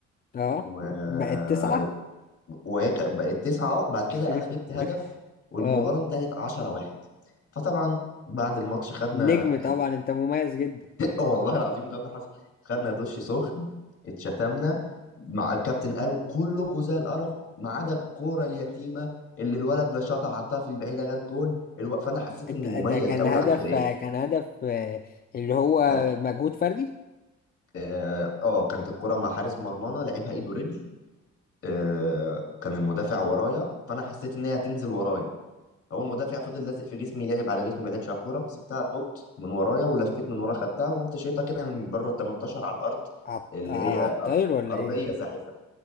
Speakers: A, on the left; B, on the left.
A: اه
B: و... آه،
A: بقت تسعة
B: وهي ك- بقت تسعة اهو بعد كده
A: <laughs>
B: انا جبت هدف والمباراة
A: اه
B: انتهت 10 واحد فطبعا بعد الماتش خدنا
A: نجم طبعا انت مميز جدا
B: اه والله العظيم ده اللي حصل خدنا دش سخن اتشتمنا مع الكابتن قال كلكوا زي القرف ما عدا الكوره اليتيمه اللي الولد ده شاطها حطها في البعيده جت جون الو... فانا حسيت
A: الت-
B: اني مميز
A: ده كان
B: قوي
A: هدف
B: عن فرقتي
A: كان هدف آه، اللي هو
B: كان
A: مجهود فردي
B: اه آه، كانت الكوره مع حارس مرمانا لعبها ايد ورجل آه، كان المدافع ورايا فانا حسيت ان هي هتنزل ورايا اول مدافع فضل لازق في جسمي لعب على جسمي ما لعبش على الكوره فسبتها تنط من ورايا ولفيت من وراها خدتها وقمت شايطها كده من بره ال 18 على الارض
A: عط-
B: اللي
A: على
B: هي
A: الطاير
B: أرض
A: ولا
B: ارضيه
A: ايه
B: زاحفه